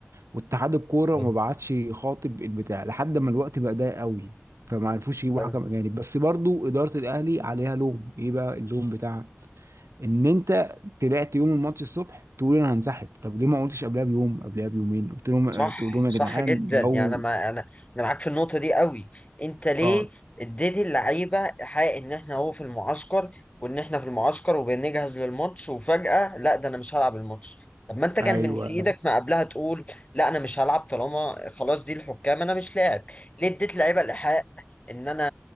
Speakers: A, on the right; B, on the left.
A: واتحاد الكوره
B: حلو
A: ما بعتش خاطب البتاع لحد ما الوقت بقى ضيق قوي فما عرفوش يجيبوا
B: حلو.
A: حكم اجانب بس برضو اداره الاهلي عليها لوم ايه بقى اللوم بتاعها ان انت طلعت يوم الماتش الصبح تقول انا هنسحب طب ليه ما قلتش قبلها بيوم قبلها بيومين قلت لهم
B: صح
A: تقول لهم يا
B: صح
A: جدعان
B: جدا
A: لو
B: يعني ما انا انا معاك في النقطه دي قوي انت ليه
A: اه
B: اديتي اللعيبه حق ان احنا اهو في المعسكر وان احنا في المعسكر وبنجهز للماتش وفجاه لا ده انا مش هلعب الماتش طب ما انت كان
A: ايوه
B: من في ايدك ما قبلها تقول لا انا مش هلعب طالما خلاص دي الحكام انا مش لاعب ليه اديت لعيبه الحق ان انا